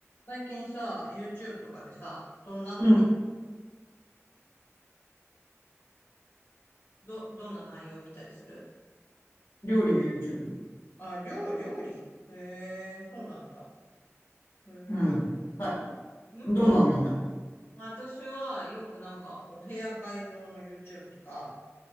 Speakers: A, on the left; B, on the left.
A: 最近さ、YouTube とかでさ、どんなのみ、
B: うん。
A: ど、どんな内容見たりする
B: 料理の YouTube。
A: あ、料、料理へえ、そうなんだ。へえ、
B: うん。
A: 料理
B: はい。
A: かん
B: どんなのみんな。
A: 私はよくなんかお部屋改造の YouTube とか、